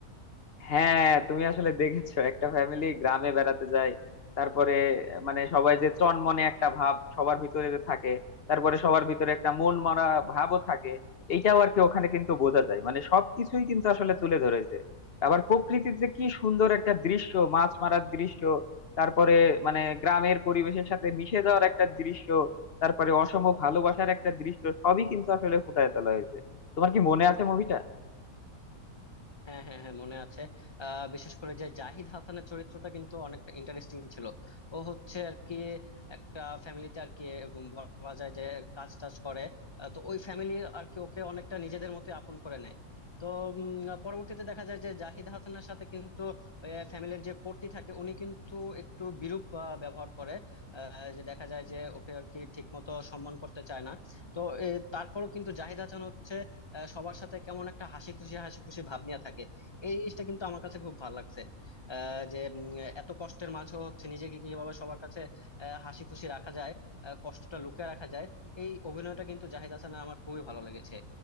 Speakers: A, on the left; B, on the left.
A: হ্যাঁ তুমি আসলে দেখেছো একটা ফ্যামিলি গ্রামে বেড়াতে যায় তারপরে মানে সবাই যে চনমনে একটা ভাব সবার ভিতরে যে থাকে তারপরে সবার ভিতরে একটা মন মারা ভাবও থাকে এইটাও আর কি ওখানে কিন্তু বোঝা যায় মানে সবকিছুই কিন্তু আসলে তুলে ধরেছে আবার প্রকৃতির যে কি সুন্দর একটা দৃশ্য মাছ মারার দৃশ্য তারপরে মানে গ্রামের পরিবেশের সাথে মিশে যাওয়ার একটা দৃশ্য তারপরে অসম ভালোবাসার একটা দৃশ্য সবই কিন্তু আসলে ফুটায় তোলা হয়েছে তোমার কি মনে আছে মুভিটা
B: হ্যাঁ হ্যাঁ হ্যাঁ মনে আছে আহ বিশেষ করে যে জাহিদ হাসানের চরিত্রটা কিন্তু অনেকটা ইন্টারেস্টিং ছিল ও হচ্ছে আর কি একটা ফ্যামিলিতে আর কি উম বলা যায় যে কাজ টাজ করে আহ, তো ওই ফ্যামিলি আর কি ওকে অনেকটা নিজেদের মতো আপন করে নেয় তো উম, পরবর্তীতে দেখা যায় যে জাহিদ হাসানের সাথে কিন্তু ফ্যামিলির যে কর্তি থাকে উনি কিন্তু একটু বিরূপ আহ, ব্যবহার করে আহ, যে দেখা যায় যে ওকে আর কি ঠিক মতো সম্মান করতে চায় না তো এ, তারপরও কিন্তু জাহিদ হাসান হচ্ছে আহ, সবার সাথে কেমন একটা হাসি খুশি হাসি খুশি ভাব নিয়ে থাকে এই জিনিসটা কিন্তু আমার কাছে খুব ভালো লাগছে আহ, যে উম, এত কষ্টের মাঝেও হচ্ছে নিজেকে কিভাবে সবার কাছে আহ, হাসি খুশি রাখা যায় আহ, কষ্টটা লুকিয়ে রাখা যায় এই অভিনয়টা কিন্তু জাহিদ হাসানের আমার খুবই ভালো লেগেছে